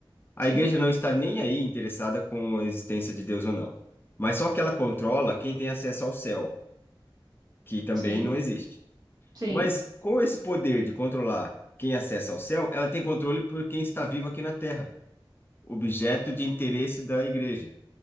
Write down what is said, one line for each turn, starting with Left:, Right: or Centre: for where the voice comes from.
Left: A
Right: sim,
Left: igreja não está nem aí interessada com a existência de Deus ou não, mas só que ela controla quem tem acesso ao céu, que também
Right: sim,
Left: não existe.
Right: sim.
Left: Mas com esse poder de controlar quem acessa ao céu, ela tem controle por quem está vivo aqui na terra, objeto de interesse da igreja.